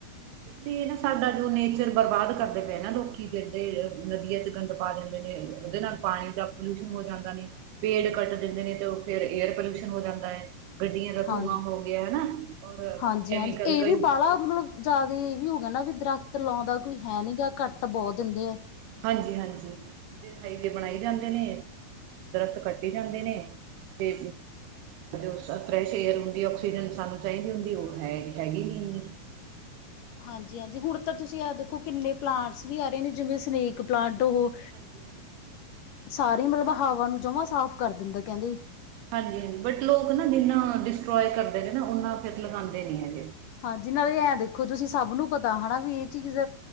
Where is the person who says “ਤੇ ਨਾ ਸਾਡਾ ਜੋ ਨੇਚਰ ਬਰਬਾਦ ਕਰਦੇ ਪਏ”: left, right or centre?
Right